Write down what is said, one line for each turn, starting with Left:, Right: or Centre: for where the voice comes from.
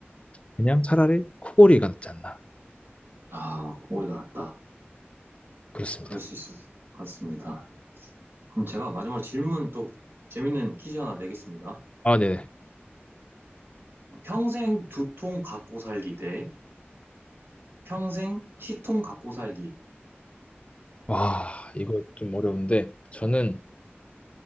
Left: 그냥 차라리 코골이가 낫지 않나.
Right: 아, 코골이가 낫다.
Left: 그렇습니다.
Right: 그럴 수 있을 것 같습니다. 그럼 제가 마지막으로 질문 또 재밌는 퀴즈 하나 내겠습니다.
Left: 아, 네네.
Right: 어, 평생 두통 갖고 살기 대 평생 치통 갖고 살기.
Left: 와, 이거 좀 어려운데, 저는